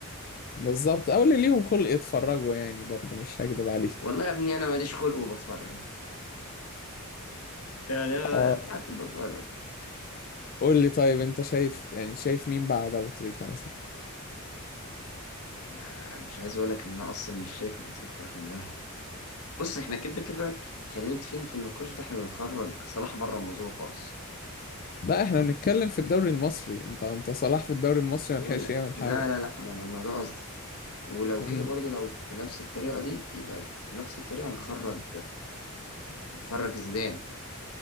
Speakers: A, on the left; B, on the left.
A: بالظبط او اللي ليهم خلق يتفرجوا يعني برضو مش هكدب عليك
B: والله يا ابني انا ماليش خلق وبتفرج يعني انا
A: اه
B: في حد بتفرج
A: قول لي طيب انت شايف يعني شايف مين بعد ابو تريكه مثلا
B: لا مش عايز اقول لك ان انا اصلا مش شايف ابو تريكه رقم واحد بص احنا كده كده خلينا متفقين في النقاش ده احنا بنخرج صلاح بره الموضوع خالص
A: لا احنا بنتكلم في الدوري المصري انت انت صلاح في الدوري المصري
B: انا بقول
A: ما لحقش
B: لك
A: يعمل
B: لا
A: حاجه
B: لا لا ما انا ما ده قصدي ولو
A: امم
B: كده برضه لو بنفس الطريقه دي يبقى بنفس الطريقه نخرج نخرج زيدان